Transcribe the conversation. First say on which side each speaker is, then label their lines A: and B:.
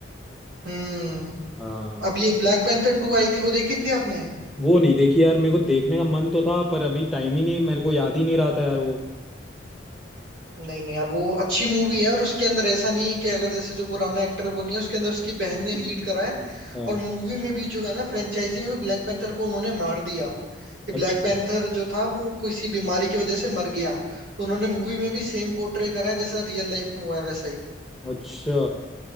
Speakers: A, on the right; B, in the centre.
A: हम्म
B: हाँ
A: अब ये ब्लैक पैंथर टू आई थी वो देखी थी आपने
B: वो नहीं देखी यार मेरे को देखने का मन तो था पर अभी टाइम ही नहीं मेरे को याद ही नहीं रहा था यार वो
A: नहीं नहीं यार वो अच्छी मूवी है और उसके अंदर ऐसा नहीं है कि अगर जैसे जो पुराना एक्टर वो नहीं है उसके अंदर उसकी बहन ने लीड करा है
B: हाँ
A: और मूवी में भी जो है ना फ्रेंचाइजी में भी ब्लैक पैंथर को उन्होंने मार दिया कि ब्लैक
B: अच्छा
A: पैंथर जो था वो किसी बीमारी की वजह से मर गया तो उन्होंने मूवी में भी सेम पोर्ट्रे करा है जैसा रियल लाइफ में हुआ है वैसा ही
B: अच्छा